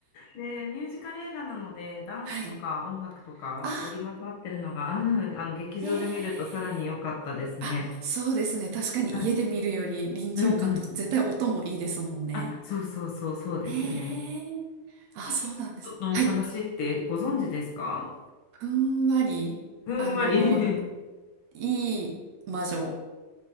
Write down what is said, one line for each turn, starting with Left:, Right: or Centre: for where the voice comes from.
Left: で、ミュージカル映画なので、
Right: <laughs>
Left: ダンスとか音楽とか織り交ざってるのが、
Right: はい。あ
Left: うんあの劇場で見るとさらに良かったですね。
Right: ーええあ、そうですね。確かに家で見るより臨場感とか、
Left: はい。うんうん。
Right: 絶対音もいいですもんね。
Left: あ、そうそうそうそうですね。
Right: ええあ、
Left: ピキットのお話ってご存知ですか
Right: そうなんです。はい。ふんわり、
Left: ふんわり
Right: あの、
Left: <laughs>
Right: いい魔女